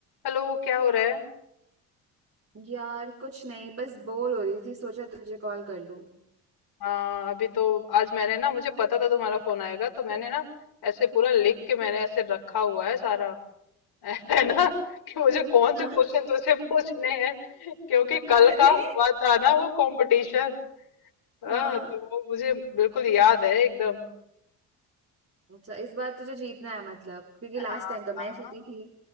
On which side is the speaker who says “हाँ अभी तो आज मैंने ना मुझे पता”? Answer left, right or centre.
Left